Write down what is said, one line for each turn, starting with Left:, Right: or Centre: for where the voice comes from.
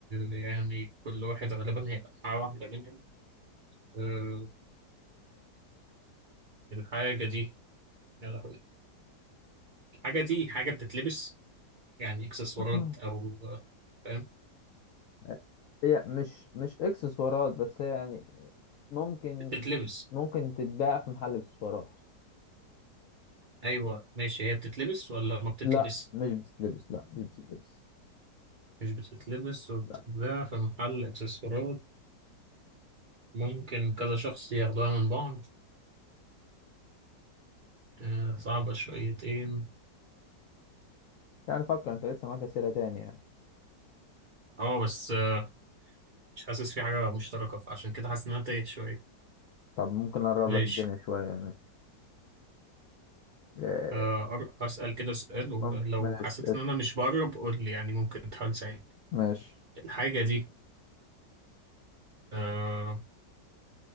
Right: يعني كل واحد غالبا هيبقى معاه واحدة منهم آه، الحاجة دي يا لهوي. الحاجة دي حاجة بتتلبس يعني إكسسوارات
Left: <clears throat>
Right: أو آه، فاهم
Left: <laughs> هي مش مش اكسسوارات بس هي يعني ممكن
Right: بتتلبس
Left: ممكن تتباع في محل اكسسوارات
Right: أيوه ماشي هي بتتلبس ولا ما بتتلبس؟
Left: لا مش بتتلبس لا مش بتتلبس
Right: مش بتتلبس وبتتباع
Left: لا
Right: في محل اكسسوارات ممكن كذا شخص ياخدوها من بعض آه، صعبة شويتين
Left: يعني فكر انت لسه معاك اسئله تاني يعني
Right: اه بس آه، مش حاسس في حاجة مشتركة فعشان كده حاسس ان انا تايه شوية
Left: طب ممكن اقرب
Right: ماشي
Left: لك الدنيا شويه يعني إيه،
Right: آه، أر- هسأل كده سؤال ولو
Left: مم... ماشي
Right: حسيت
Left: اسف.
Right: ان انا مش بقرب قول لي يعني ممكن تحاول تساعدني
Left: ماشي
Right: الحاجة دي آه،